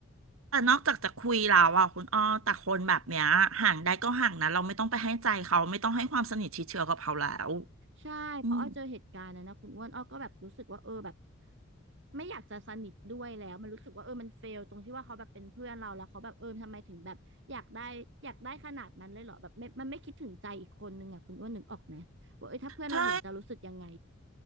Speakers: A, on the right (about 80°); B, on the right (about 60°).
A: แต่นอกจากจะคุยแล้วอ่ะคุณอ้อแต่คนแบบเนี้ยห่างได้ก็ห่างนะเราไม่ต้องไปให้ใจเขาไม่ต้องให้ความสนิทชิดเชื้อกับเขาแล้ว
B: ใช่เพราะอ้อเจอเหตุการณ์นั้นนะคุณอ้วนอ้อก็แบบรู้สึกว่าเออแบบ
A: อืม
B: ไม่อยากจะสนิทด้วยแล้วมันรู้สึกว่าเออมันเฟลตรงที่ว่าเขาแบบเป็นเพื่อนเราแล้วเขาแบบเออทำไมถึงแบบอยากได้อยากได้ขนาดนั้นเลยเหรอแบบไม่มันไม่คิดถึงใจอีกคนนึงอ่ะคุณอ้วนนึกออกไหมว่าเออถ้าเพื่อนเราเห็นจะรู้สึกยังไง
A: ใช่